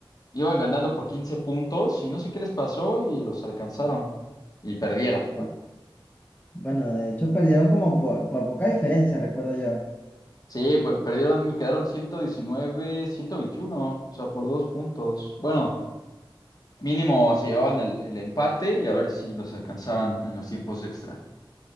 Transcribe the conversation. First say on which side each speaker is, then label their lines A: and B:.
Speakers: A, on the left; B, on the left.
A: Iban ganando por 15 puntos y no sé qué les pasó y los alcanzaron. Y perdieron.
B: bu- Bueno, de hecho perdieron como por, por poca diferencia, recuerdo yo.
A: Sí, pues perdieron, quedaron 119, 121, o sea, por dos puntos. Bueno, mínimo se llevaban el, el empate y a ver si los alcanzaban en los tiempos extra.